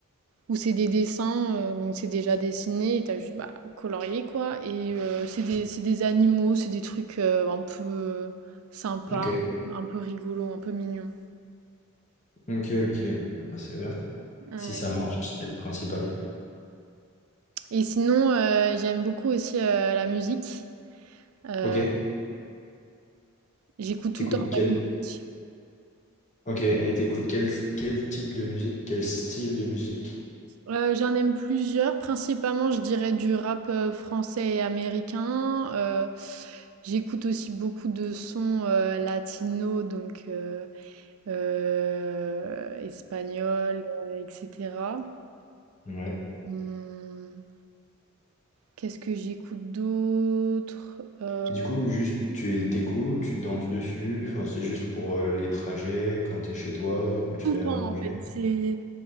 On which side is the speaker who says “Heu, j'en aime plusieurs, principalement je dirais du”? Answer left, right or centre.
Right